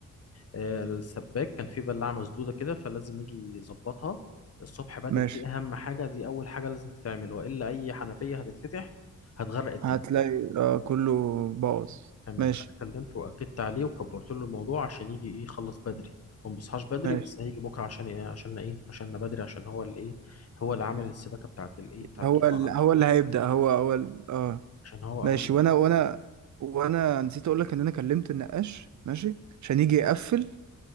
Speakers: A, on the left; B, on the right.
A: آه، السباك كان في بلاعه مسدوده كده فلازم يجي يظبطها الصبح بدري
B: ماشي
A: دي اهم حاجه دي اول حاجه لازم تتعمل والا اي حنفيه هتتفتح هتغرق الدنيا
B: هتلاقي آه كله باظ
A: تمام
B: ماشي
A: انا كلمته واكدت عليه وكبرت له الموضوع عشان يجي ايه يخلص بدري هو ما بيصحاش بدري
B: ماشي
A: بس هيجي بكره عشان ايه عشان ايه عشان بدري عشان هو اللي ايه هو اللي عامل السباكه بتاعت الايه بتاعت
B: هو
A: الفرع
B: ال... هو اللي هيبدا هو هو ال... اه
A: عشان هو
B: ماشي
A: اول واحد
B: وانا وانا وانا نسيت اقول لك ان انا كلمت النقاش ماشي عشان يجي
A: تمام.
B: يقفل